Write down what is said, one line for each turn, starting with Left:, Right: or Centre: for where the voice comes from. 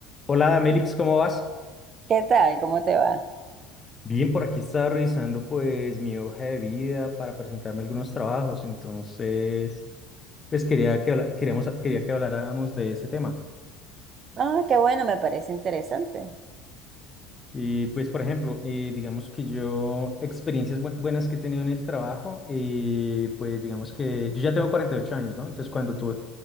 Left: Hola, Damelix, ¿cómo vas?
Right: ¿Qué tal? ¿Cómo te va?
Left: Bien, por aquí estaba revisando pues mi hoja de vida para presentarme algunos trabajos, entonces pues quería que habla- queríamos, quería que habláramos de ese tema.
Right: Ah, qué bueno, me parece interesante.
Left: Y pues, por ejemplo, eh, digamos que yo, experiencias bue- buenas que he tenido en el trabajo, eh, pues digamos que yo ya tengo 48 años, ¿no? Entonces, cuando tuve,